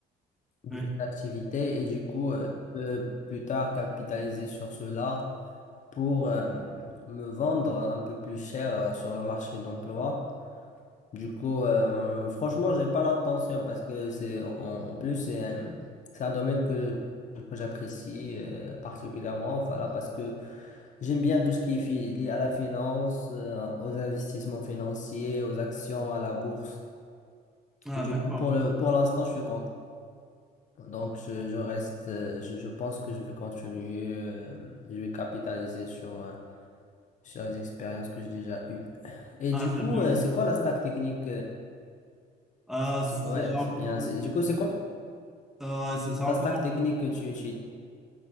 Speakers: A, on the left (about 45°); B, in the centre.
A: de
B: Oui,
A: cette activité et du coup, euh, je peux plus tard capitaliser sur cela pour euh, me vendre un peu plus cher euh, sur le marché d'emploi. Du coup, euh, franchement, j'ai pas l'intention parce que c'est en, en plus c'est un, c'est un domaine que que j'apprécie euh, particulièrement, voilà, parce que j'aime bien tout ce qui est fi- lié à la finance, euh, aux investissements financiers, aux actions, à la bourse.
B: Ah,
A: Du
B: d'accord.
A: coup, pour le pour l'instant, je suis content. Donc, je, je reste, euh, je, je pense que je vais continuer, euh, je vais capitaliser sur, euh, sur les expériences que j'ai déjà eues. Et
B: Ah,
A: du
B: c'est
A: coup,
B: bien.
A: euh, c'est quoi la stack technique? euh,
B: Euh,
A: c'est-
B: c'est
A: c'est- ouais,
B: un
A: c'est bien.
B: peu,
A: C'est- Du coup, c'est quoi
B: euh, ouais, c'est c'est un
A: la
B: peu
A: stack technique que tu utilises?